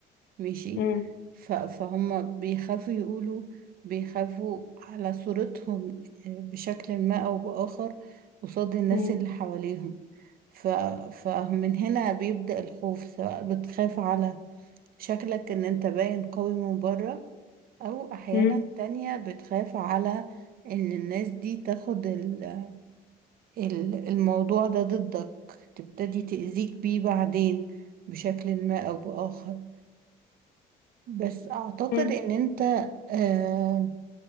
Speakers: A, on the right; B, on the left.
A: ماشي
B: مم،
A: ف- فهم بيخافوا يقولوا بيخافوا على صورتهم آه، بشكل ما او بآخر قصاد الناس
B: مم،
A: اللي حواليهم ف... فمن هنا بيبدأ الخوف سواء بتخاف على شكلك ان انت باين قوي من بره أو أحيانا
B: مم،
A: تانية بتخاف على إن الناس دي تاخد ال- ال- الموضوع ده ضدك تبتدي تأذيك بيه بعدين بشكل ما أو بآخر بس أعتقد
B: مم،
A: إن أنت آه